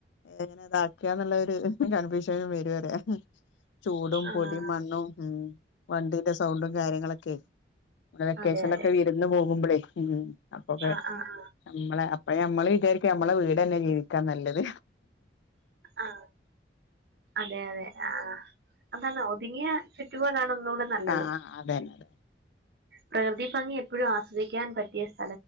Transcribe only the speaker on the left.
എങ്ങനെ ഇതാക്കിയാന്നുള്ള ഒരു കൺഫ്യൂഷനും വരു പറയാ ചൂടും,
പൊടിം, മണ്ണും ഉം വണ്ടീന്റെ സൗണ്ടും കാര്യങ്ങളൊക്കെയേ വെക്കേഷനൊക്കെ
വിരുന്ന് പോകുമ്പളേ ഉം അപ്പൊക്കെ
നമ്മളെ പ്പ ഞമ്മള് വിചാരിക്കും ഞമ്മളെ വീടെന്നെ ജീവിക്കാൻ നല്ലത്
ആഹ്‌ ആ അതെന്നെ അതന്നെ